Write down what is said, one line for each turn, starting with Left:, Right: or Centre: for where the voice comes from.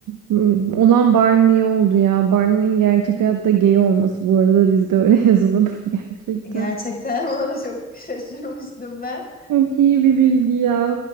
Right: m, olan Barney oldu ya. Barney'nin gerçek hayatta gay olması bu arada da dizide öyle <laughs> yazılıp gerçekten.
Left: Gerçekten <laughs> buna da çok şaşırmıştım ben.
Right: Çok iyi bir bilgi ya.